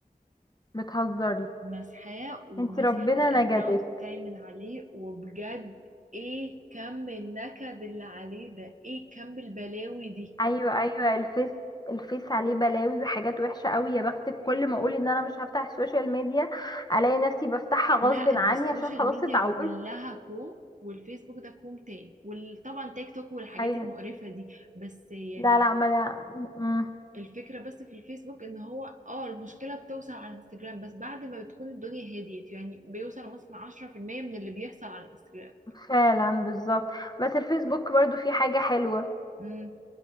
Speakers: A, on the left (about 25°); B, on the right (about 50°).
A: بتهزري
B: مسحاه ومسحت
A: انتي ربنا
B: الاكونت
A: نجدك
B: بتاعي من عليه وبجد ايه كم النكد اللي عليه ده ايه كم البلاوي دي
A: ايوه ايوه الفيس الفيس عليه بلاوي وحاجات وحشة قوي يا بختك كل ما اقول ان انا مش هفتح السوشيال ميديا الاقي نفسي بفتحها غصب
B: لا
A: عني
B: دي السوشيال
A: عشان خلاص
B: ميديا
A: اتعودت
B: كلها كوم والفيسبوك ده كوم تاني وطبعا تيك توك والحاجات
A: ايوه
B: المقرفة دي بس يعني
A: لا لا ما لا مم.
B: الفكرة بس في الفيسبوك ان هو اه المشكلة بتوصل على الانستجرام بس بعد ما بتكون الدنيا هديت يعني بيوصل مثلا 10% من اللي بيحصل على الانستجرام
A: فعلا بالظبط بس الفيسبوك برضو فيه حاجة حلوة
B: امم